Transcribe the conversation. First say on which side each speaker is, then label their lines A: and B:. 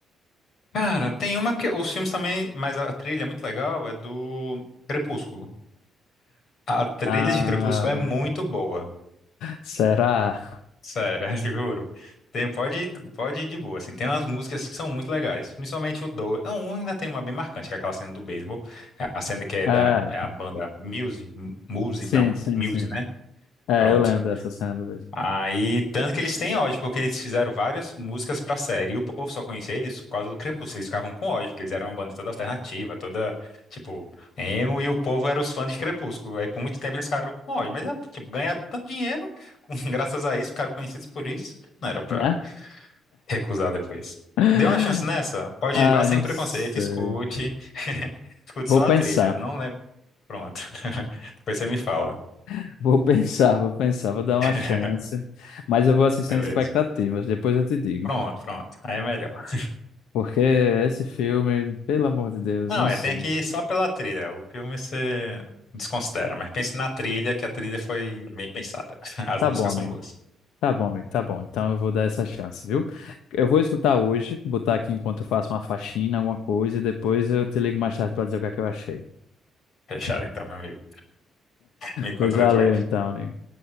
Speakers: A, on the left; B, on the left.
A: Cara, tem uma porque os filmes também, mas a trilha é muito legal, é do Crepúsculo. A trilha
B: Ah,
A: de Crepúsculo é muito boa.
B: será?
A: Sério, <laughs> juro. Tem, pode, pode ir de boa, assim. Tem umas músicas que são muito legais. Principalmente o dois Não, um ainda tem uma bem marcante, que é aquela cena do beisebol. A cena que é
B: É,
A: da é a banda Muse. Muse,
B: sim,
A: não,
B: sim,
A: Muse,
B: sim.
A: né?
B: É,
A: Pronto.
B: eu lembro dessa cena do beijo,
A: Aí, tanto que eles têm ódio, porque eles fizeram várias músicas pra série, e o povo só conhecia eles por causa do Crepúsculo, eles ficavam com ódio, porque eles eram uma banda toda alternativa, toda, tipo, emo, e o povo era os fãs de Crepúsculo, aí por muito tempo eles ficaram com ódio, mas, ah, tipo, ganharam tanto dinheiro, com- <laughs> graças a isso, ficaram conhecidos por isso, não era pra
B: né?
A: recusar depois.
B: <laughs>
A: Dê uma chance nessa, pode,
B: Ai,
A: ir vá sem
B: não
A: preconceito,
B: sei.
A: escute, <laughs> escute
B: Vou
A: só
B: pensar.
A: a trilha, não lembro, pronto, <laughs> depois você me fala,
B: <laughs> Vou pensar, vou pensar, vou dar
A: <laughs>
B: uma chance. Mas eu vou assim sem
A: beleza.
B: expectativas, depois eu te digo.
A: Pronto, pronto, aí é melhor.
B: Porque esse filme, pelo amor de Deus,
A: Não,
B: não
A: é,
B: sei.
A: tem que ir só pela trilha. O filme você desconsidera, mas pense na trilha, que a trilha foi bem pensada. <laughs> As
B: Tá
A: músicas
B: bom, amigo.
A: são boas.
B: Tá bom, amigo. Tá bom. Então eu vou dar essa chance, viu? Eu vou escutar hoje, botar aqui enquanto eu faço uma faxina, alguma coisa, e depois eu te ligo mais tarde pra dizer o que é que eu achei.
A: Fechado então, meu amigo. Me conta
B: Pois valeu,
A: depois.
B: então, amigo.